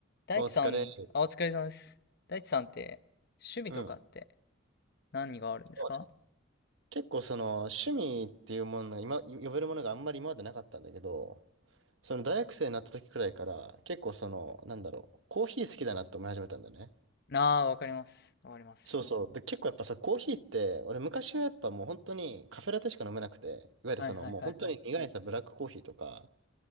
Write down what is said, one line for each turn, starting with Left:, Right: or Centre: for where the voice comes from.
Left: 大地さん、
Right: お疲れ。
Left: あ、お疲れ様です。大地さんって、趣味とかって
Right: うん。
Left: 何があるんですか
Right: そうね結構その趣味っていうものが今、呼べるものがあんまり今までなかったんだけど、その大学生になった時くらいから結構その、なんだろう、コーヒー好きだなって思い始めたんだよね。
Left: ああー、わかります。わかります。
Right: そうそう。で、結構やっぱさ、コーヒーって、俺昔はやっぱもう本当にカフェラテしか飲めなくて、いわゆるそのもう本当に苦いさ、
Left: はいはいはいはい。
Right: ブラックコーヒーとか、